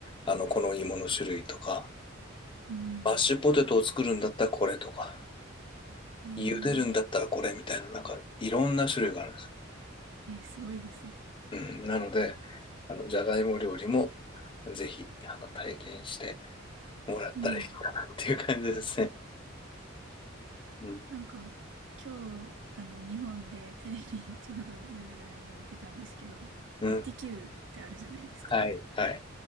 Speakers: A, on the left (about 25°); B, on the right (about 65°).
A: あの、この芋の種類とか、
B: うん。
A: マッシュポテトを作るんだったらこれとか、
B: ええ
A: 茹でるんだったらこれみたいな、なんかいろんな種類があるんです。
B: えーすごいですね。
A: うん。なので、あの、じゃがいも料理もぜひ、あの、体験してもらったらいいかなっていう感じですね。
B: うん。
A: うん。
B: なんか、今日、あの、日本でテレビ <laughs> ちょうど夜ぐらいに見てたんですけど、
A: うん。
B: イッテ Q ってあるじゃないですか。
A: はい。はい。